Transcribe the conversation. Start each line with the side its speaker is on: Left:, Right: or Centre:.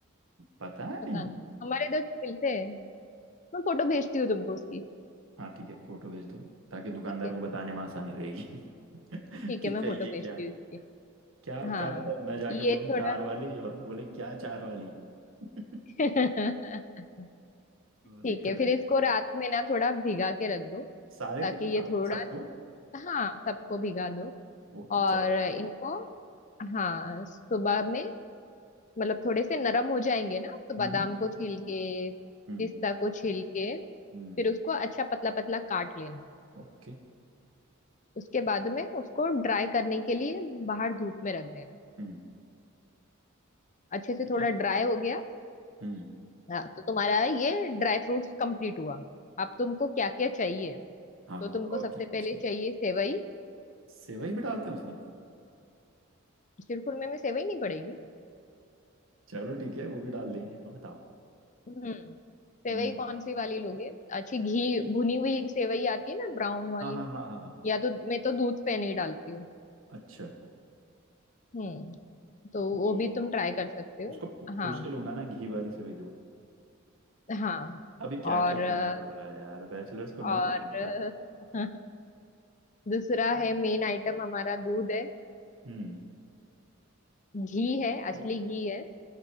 Right: पता
Left: पता
Right: नहीं
Left: नहीं हमारे इधर तो मिलते हैं मैं फोटो भेजती हूँ तुमको उसकी
Right: हाँ ठीक है फोटो भेज दो ताकि दुकानदार
Left: ठीक है
Right: को बताने में आसानी रहेगी <laughs> कि
Left: ठीक है
Right: चाहिए
Left: मैं फोटो भेजती
Right: क्या
Left: हूँ इसकी
Right: क्या
Left: हाँ
Right: क्या पता मैं जाके
Left: ये
Right: बोलूं
Left: थोड़ा
Right: चार वाली और वो बोले क्या चार वाली <laughs> तो
Left: <laughs>
Right: दिक्कत
Left: ठीक है
Right: हो
Left: फिर
Right: जाए
Left: इसको रात में ना थोड़ा भिगा के रख दो
Right: सारे
Left: ताकि
Right: को
Left: ये थोड़ा
Right: सबको
Left: हाँ सबको भिगा दो
Right: ओके
Left: और
Right: चलेगा
Left: इनको हाँ सुबह में मतलब थोड़े से नरम हो जाएंगे ना तो बादाम
Right: हम्म हम्म
Left: को छील के
Right: हम्म
Left: पिस्ता को छील के फिर
Right: हम्म,
Left: उसको अच्छा पतला पतला काट लेना
Right: ओके
Left: उसके बाद में उसको ड्राई करने के लिए बाहर धूप में रख देना
Right: हम्म
Left: अच्छे से
Right: ठीक
Left: थोड़ा
Right: है
Left: ड्राई हो गया
Right: हम्म
Left: हाँ तो तुम्हारा ये ड्राई फ्रूट्स कंप्लीट हुआ अब तुमको क्या क्या चाहिए
Right: हाँ
Left: तो तुमको
Right: और
Left: सबसे
Right: क्या क्या
Left: पहले
Right: चाहिए
Left: चाहिए सेवई
Right: सेवई भी डालते हैं उसमें
Left: शिरखुरमे में सेवई नहीं पड़ेगी
Right: चलो ठीक है वो भी डाल देंगे अब बताओ
Left: हम्म सेवई
Right: हम्म
Left: कौन सी वाली लोगे अच्छी घी भुनी हुई सेवई आती है ना ब्राउन वाली
Right: हाँ हाँ हाँ हाँ हाँ।
Left: या तो मैं तो दूध पे नहीं डालती हूँ
Right: अच्छा
Left: हम्म तो
Right: वो
Left: वो भी तुम ट्राई कर सकते हो
Right: उसको पू-
Left: हाँ
Right: पूछ के लूंगा ना घी वाली सेवई दो
Left: हाँ
Right: अभी क्या
Left: और
Right: क्या
Left: अ,
Right: करना पड़ रहा है यार बैचलर्स को नहीं
Left: और
Right: पता होता
Left: <laughs> अ, दूसरा है मेन आइटम हमारा दूध है
Right: हम्म
Left: घी है
Right: वो,
Left: असली घी है